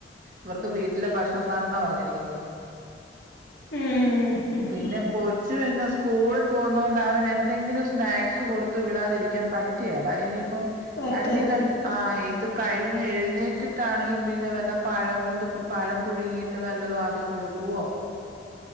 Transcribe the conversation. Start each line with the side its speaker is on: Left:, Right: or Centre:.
Right: ഇവർക്ക് വീട്ടിലെ ഭക്ഷണ സാധനം എന്നാ പറഞ്ഞിരിക്കുന്നത്
Left: ഉം ഉം
Right: പിന്നെ
Left: ഉം
Right: കൊച്ച് ച്ച് ന്നെ സ്കൂളിൽ പോന്നൊണ്ട് അവൻ എന്തെങ്കിലും സ്നാക്സ് കൊടുത്ത് വിടാതിരിക്കാൻ പറ്റിയെല ഇനിയിപ്പം <unintelligible>
Left: പറ്റത്തില്ല
Right: ആ ഇത്‌ കഴിഞ്ഞ് എഴുന്നേറ്റിട്ടാണെങ്കി പിന്നെ വല്ല പഴം കൊണ്ട് പഴം പുഴുങ്ങിയിട്ട് വല്ലതും ആക്കി കൊടുക്കുവോ